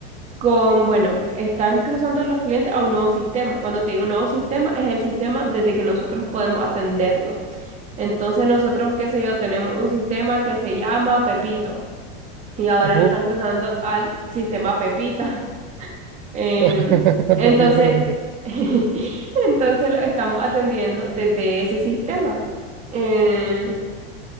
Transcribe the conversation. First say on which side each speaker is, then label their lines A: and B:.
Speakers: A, on the right; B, on the right.
A: con, bueno, están cruzando los clientes a un nuevo sistema. Cuando te digo nuevo sistema, es el sistema desde que nosotros podemos atenderlo. Entonces, nosotros, qué sé yo, tenemos un sistema que se llama Pepito. y ahora
B: Ujú.
A: lo están cruzando al sistema Pepita. <laughs> Em,
B: <laughs>
A: entonces,
B: Pepito, y pepito.
A: <laughs> entonces lo estamos atendiendo desde ese sistema. Em,